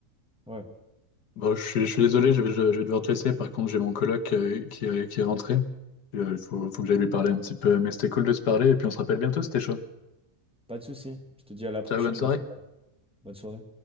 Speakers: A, in the centre; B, on the left.
A: ouais,
B: Bon, je suis, je suis désolé, je vais, je vais devoir te laisser. Par contre, j'ai mon coloc euh, qui, est- qui est rentré. Puis, euh, Il faut, faut que j'aille lui parler un petit peu. Mais c'était cool de se parler et puis on se rappelle bientôt, c'était chaud.
A: pas de souci. Je te dis à la prochaine,
B: Ciao, bonne soirée.
A: Bertrand. Bonne soirée.